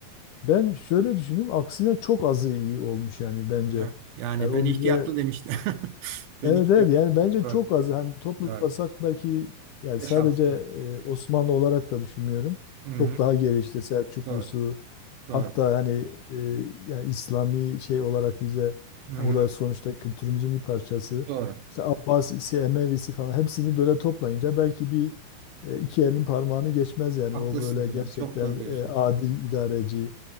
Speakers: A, on the left; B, on the right.
A: Ben şöyle düşündüm aksine çok azı iyi olmuş yani bence.
B: Ha, Yani
A: Yani o
B: ben ihtiyatlı
A: bize
B: demiştim. <laughs> Ben
A: evet
B: ihtiyatlı.
A: evet yani bence
B: Doğru.
A: çok azı hani toplasak
B: Doğru.
A: belki yani
B: Beş
A: sadece
B: altı.
A: e, Osmanlı olarak da düşünmüyorum.
B: Hı-hı,
A: Çok daha geri işte Selçuklusu,
B: doğru. Doğru.
A: Hatta hani e, yani İslami şey olarak bize
B: Hı-hı,
A: yani o da sonuçta kültürümüzün bir parçası.
B: doğru.
A: İşte Abbasisi, Emevisi falan hepsini böyle toplayınca belki bir e, iki elin parmağını geçmez yani
B: Haklısınız
A: o böyle
B: hocam.
A: gerçekten
B: Çok doğru diyorsunuz.
A: e, adil idareci,